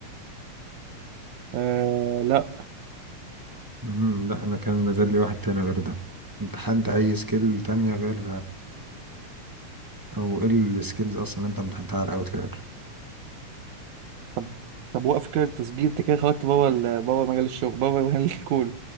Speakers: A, on the right (about 70°); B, on the right (about 15°).
A: آه لا
B: مم، لا انا كان نزل لي واحد تاني غير ده امتحنت اي سكيل تانية غير او ايه السكيلز اصلا اللي انت امتحنتها على اوتلاير
A: طب طب وقف كده التسجيل انت كده خرجت بره ال- بره مجال الشغل بره مجال <laughs> الكول